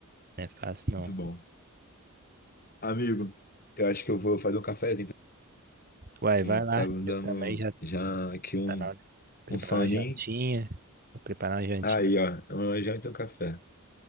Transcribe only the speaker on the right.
Não é fácil, não.
Uai,
vai
lá.
Eu
também já
tá na hora de preparar
uma jantinha. Vou preparar uma jantinha.